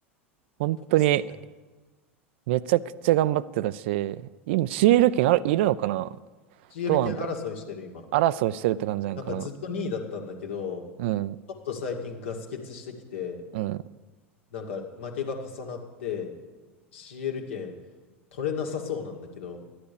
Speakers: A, on the right (about 60°); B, on the left (about 70°).
A: 本当に
B: フォレスト。
A: めちゃくちゃ頑張ってたし、今、シール権ある、いるのかな
B: CL
A: どうなんだろう。
B: 権争いしてる今。
A: 争いしてるって感じなのかな
B: なんかずっと2位だったんだけど、
A: うん、
B: ちょっと最近ガス欠してきて、
A: うん。
B: なんか負けが重なって、CL 権取れなさそうなんだけど、